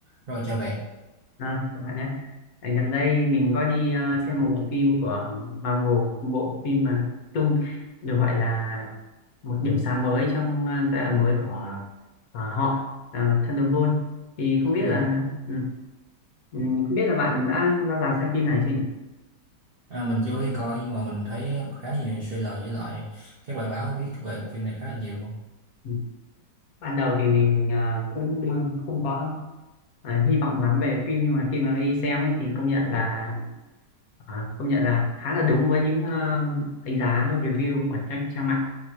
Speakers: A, on the right; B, on the left.
A: Rồi chào bạn.
B: À, các bạn nhé. À, gần đây mình có đi ờ, xem một bộ phim của Marvel, một bộ phim mà tung được gọi là một điểm sáng mới trong ờ, giai đoạn mới của ờ, họ ờ, Thunderbolt. Thì không biết
A: Ừ.
B: là ừ, ừ, không biết là bạn đã ra rạp xem phim này chưa nhỉ?
A: À, mình vô thì coi nhưng mà mình thấy khá nhiều trailer với lại các bài báo viết về bộ phim này khá là nhiều.
B: Ừ. Ban đầu thì mình ờ, cũng ờ, không có ờ, hy vọng lắm về phim nhưng mà khi mà đi xem ấy, thì công nhận là ờ, công nhận là khá là đúng với những ờ, đánh giá review của các trang mạng